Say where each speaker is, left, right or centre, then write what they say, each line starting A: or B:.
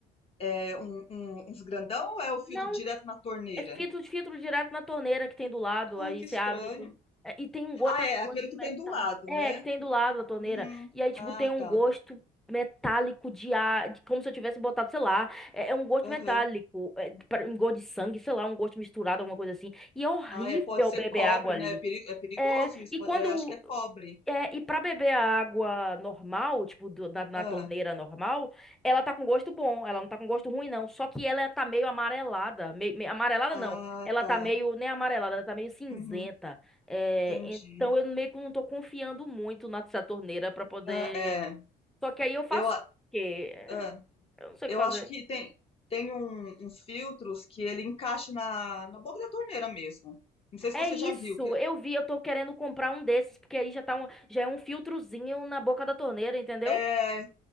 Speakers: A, on the left; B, in the centre.
A: é, um- um- uns grandão ou é o filtro
B: Não,
A: direto na torneira?
B: é filtro de filtro direto na torneira que tem do lado,
A: Ai,
B: aí
A: que
B: você
A: estranho.
B: abre tudo. É, e tem um gosto,
A: Ah,
B: tá
A: é,
B: com
A: aquele
B: gosto de
A: que
B: metal.
A: tem do lado,
B: É,
A: né?
B: que tem do lado da torneira.
A: Uhum.
B: E aí, tipo,
A: Ah,
B: tem um
A: tá.
B: gosto metálico de ar, de- como se eu tivesse botado, sei lá, é, é um gosto
A: Aham.
B: metálico, é, pra- um gosto de sangue, sei lá, um gosto misturado, alguma coisa assim. E é horrível
A: Ah, é, pode ser
B: beber
A: cobre,
B: água ali.
A: né? É peri- é perigoso
B: É,
A: isso.
B: e
A: pode-
B: quando
A: é, acho que é cobre.
B: É, e pra beber a água normal, tipo, do- da- na,
A: Ah,
B: torneira normal, ela tá com gosto bom, ela não tá com gosto ruim, não. Só que ela tá meio amarelada. Meio, amarelada
A: ah,
B: não. Ela
A: tá.
B: tá meio, nem amarelada, ela tá meio cinzenta.
A: Uhum,
B: É,
A: entendi.
B: então eu meio que não tô confiando muito na nessa torneira pra poder.
A: Ah, é,
B: Só que aí eu faço
A: eu, a-
B: o quê?
A: ah,
B: Eu não sei
A: eu
B: o que fazer.
A: acho que tem, tem um- uns filtros que ele encaixa na, na boca da torneira mesmo. Não sei se
B: É
A: você
B: isso,
A: já viu. Que
B: eu vi, eu tô querendo comprar um desses, porque aí já tá um, já é um filtrozinho na boca da torneira, entendeu?
A: é,